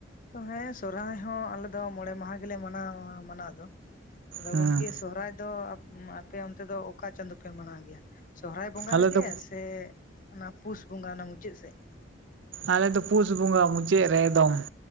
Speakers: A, on the left (about 45°); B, on the right (about 75°).
A: ᱛᱚ ᱦᱮᱸ ᱥᱚᱨᱦᱟᱭ ᱦᱚᱸ ᱟᱞᱮ ᱫᱚ ᱢᱚᱬᱮ ᱢᱟᱦᱟ ᱜᱮᱞᱮ ᱢᱟᱱᱟᱣᱟ ᱢᱟᱱᱟᱣ ᱫᱚ ᱟᱫᱚ
B: ᱦᱮᱸ
A: ᱜᱚᱢᱠᱮ ᱥᱚᱦᱨᱟᱭ ᱫᱚ ᱟᱯᱮ ᱚᱱᱛᱮ ᱫᱚ ᱚᱠᱟ ᱪᱟᱸᱫᱳ ᱯᱮ ᱢᱟᱱᱟᱣ ᱜᱮᱭᱟ? ᱥᱚᱦᱨᱟᱭ ᱵᱚᱸᱜᱟ
B: ᱟᱞᱮ
A: ᱨᱮᱜᱮ
B: ᱫᱚ
A: ᱥᱮ ᱚᱱᱟ ᱯᱩᱥ ᱵᱚᱸᱜᱟ ᱚᱱᱟ ᱢᱩᱪᱟᱹᱫ ᱥᱮᱫ
B: ᱟᱞᱮᱫᱚ ᱯᱩᱥ ᱵᱚᱸᱜᱟ ᱢᱩᱪᱟᱹᱫ ᱨᱮ ᱮᱠᱫᱚᱢ,